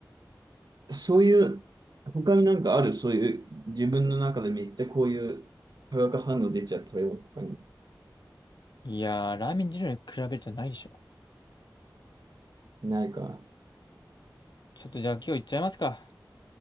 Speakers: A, on the right; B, on the left.
A: そういう、他になんかある、そういう、自分の中でめっちゃこういう化学反応出ちゃったよとかに
B: いやー、ラーメン二郎に比べるとないでしょ。
A: ないか。
B: ちょっとじゃあ今日行っちゃいますか。